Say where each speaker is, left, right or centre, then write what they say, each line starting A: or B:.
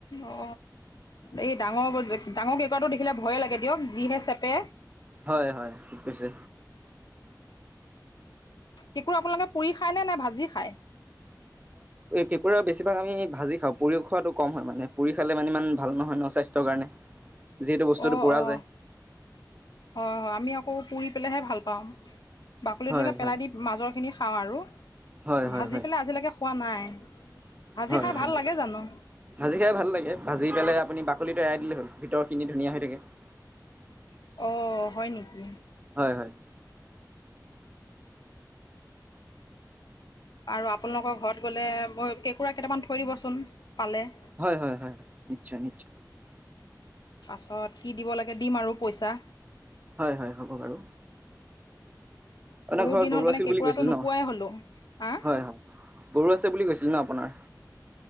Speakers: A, on the left; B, on the right.
A: অ। এই ডাঙৰ, ডাঙৰ কেকুৰাটো দেখিলে ভয়ে লাগে দিয়ক যিহে চেপে।
B: হয়, হয় ঠীক কৈছে।
A: কেকোঁৰা আপোনালোকে পুৰি খায় নে, নে ভাজি খায়?।
B: কেকোঁৰা বেছিভাগ আমি ভাজি খাওঁ, পুৰি খোৱাটো কম হয় মানে। পুৰি খালে মানে ইমান ভাল নহয় ন স্বাস্থ্যৰ কাৰণে যিহেতু বস্তুটো
A: অঁ
B: পুৰা
A: অঁ
B: যায়।
A: হয়, হয় আমি আকৌ পুৰি পেলাইহে ভাল পাম। বাকলি
B: হয়
A: তেনেকে পেলাই
B: হয়
A: দি মাজৰ খিনি খাওঁ আৰু,
B: হয় হয়
A: ভাজি পেলাই আজিলৈকে খোৱা নাই। ভাজি
B: হয়,
A: খাই
B: হয়।
A: ভাল লাগে জানো
B: ভাজি খাই ভাল লাগে, ভাজি পেলাই আপুনি বাকলিটো পেলাই দিলে হ'ল ভিতৰ খিনি ধুনীয়া হৈ থাকে। <inaudible>
A: অ, হয় নেকি।
B: হয়, হয়।
A: আৰু আপোনালোকৰ ঘৰত গ'লে, মই কেঁকুৰা কেইটামান থৈ দিবচোন পালে।
B: হয়, হয়, হয়, নিশ্চয় নিশ্চয়।
A: পাছত কি দিব লাগে, দিম আৰু পইচা।
B: হয়, হয় হ'ব বাৰু। আপোনা
A: বহুত
B: ঘৰত
A: দিন
B: গৰু
A: হ'ল মানে
B: আছিল
A: কেঁকুৰাটো
B: বুলি কৈছিল
A: নোপোৱাই
B: ন,
A: হ'লো হা
B: হয়, হয় গৰু আছে বুলি কৈছিল ন আপোনাৰ।